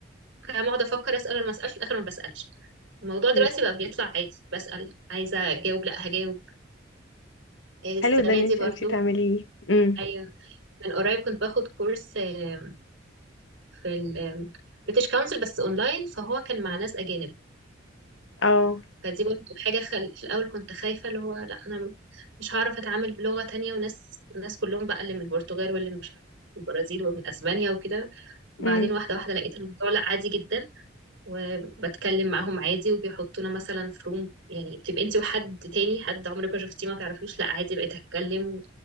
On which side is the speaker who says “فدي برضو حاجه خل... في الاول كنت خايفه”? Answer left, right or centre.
Right